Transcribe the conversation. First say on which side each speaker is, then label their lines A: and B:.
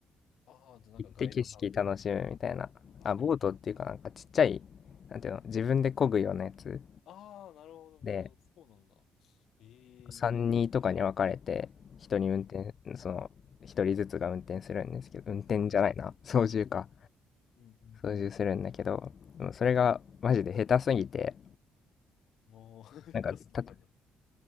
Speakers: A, on the left; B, on the left.
A: ああ、じゃあなんかガイドさんとか。
B: 行って景色楽しむみたいな。
A: ああ、
B: あ、ボートっていうかなんかちっちゃい、
A: いい。
B: なんていうの、自分で漕ぐようなやつ
A: ああ、なるほど、なるほど。
B: で、
A: そうなんだ。ええ、
B: 3、
A: いいですね。
B: 人とかに分かれて、人に運転、
A: うん
B: その、一人ずつが運転するんですけど、運転じゃないな、
A: ああ、でもいい、
B: 操縦か。
A: うん、うん、
B: 操縦するんだけど、でもそれがマジで下手すぎて、
A: うん。ああ、<laughs>
B: なんか、
A: 下手すぎなんだ。
B: た、